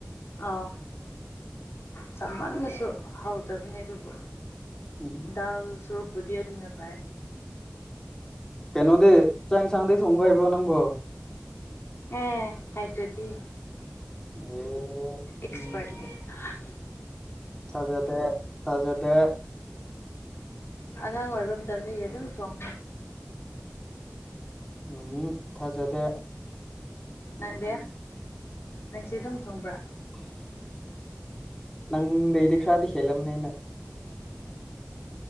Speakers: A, on the left; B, on the left.
A: ꯑꯧ ꯆꯥꯃꯟꯂꯁꯨ ꯍꯧꯇꯕꯅꯤ ꯑꯗꯨꯕꯨ
B: ꯎꯝ
A: ꯗꯥꯜ ꯁ꯭ꯔꯨꯛꯕꯨꯗꯤ ꯑꯗꯨꯅ ꯐꯥꯏ
B: ꯀꯩꯅꯣꯗꯤ ꯆꯥꯛ ꯏꯟꯁꯥꯡꯗꯤ ꯊꯣꯡꯕ ꯍꯩꯕ꯭ꯔꯣ ꯅꯪꯕꯣ
A: ꯑꯦ ꯍꯩꯇ꯭ꯔꯗꯤ
B: ꯑꯦ
A: ꯑꯦꯛꯁꯄ‍꯭ꯔꯠꯅꯤ
B: ꯎꯝ
A: ꯍꯥ
B: ꯊꯥꯖꯗꯦ ꯊꯥꯖꯗꯦ
A: ꯑꯉꯥꯡ ꯑꯣꯏꯕ ꯃꯇꯝꯗꯒꯤ ꯑꯗꯨꯝ ꯊꯣꯡ
B: ꯎꯝ ꯊꯥꯖꯗꯦ
A: ꯅꯪꯗꯦ ꯅꯪꯁꯦ ꯑꯗꯨꯝ ꯊꯨꯡꯕ꯭ꯔꯥ
B: <unintelligible> ꯅꯪꯗꯩꯗꯤ ꯈꯔꯗꯤ ꯍꯦꯜꯂꯝꯅꯦ ꯑꯩꯅ